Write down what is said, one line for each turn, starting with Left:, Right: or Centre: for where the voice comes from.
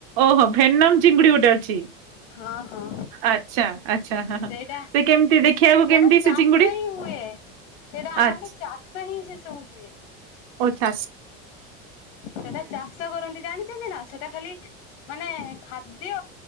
Right: ଓହୋ ଭେନମ ଚିଙ୍ଗୁଡି ଗୋଟେ ଅଛି।
Left: ହଁ ହଁ
Right: ଆଛା ଆଚ୍ଛା ହ ହ
Left: ସେଇଟା
Right: ସେ କେମିତି ଦେଖିବାକୁ
Left: ସେଇଟା
Right: କେମିତି ସେ
Left: ଚାଷ
Right: ଚିଙ୍ଗୁଡି
Left: ହିଁ ହୁଏ ସେଟା ଆମ
Right: ଆଚ୍ଛା
Left: ଆଡେ ଚାଷ ହିଁ ସେ ସବୁ ହୁଏ।
Right: ଓ ଚାସ୍
Left: ସେଟା ଚାଷ କରନ୍ତି ଜାଣିଚନ୍ତି ନା ସେଟା ଖାଲି ମାନେ ଖାଦ୍ୟ